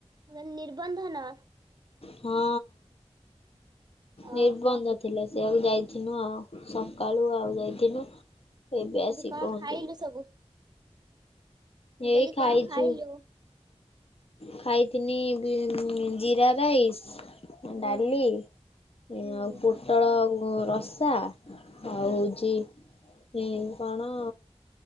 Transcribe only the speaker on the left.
ହଁ
ନିର୍ବନ୍ଧତା ଥିଲା ସେ ଆଉକୁ ଯାଇଥିନୁ ଆଉ ସକାଳୁ ଆଉ ଯାଇଥିନୁ। ଏବେଆସି
କି ପହଞ୍ଚିଲୁ
ଏଇ
ଖାଇଛୁ।
ଖାଇଥିନି ଜିରା ରାଇସ୍
ଡାଲି ଏ
ଆଉ ପ ପୋଟଳ ରସା ଆଉ
ହଉଛି ଏ କଣ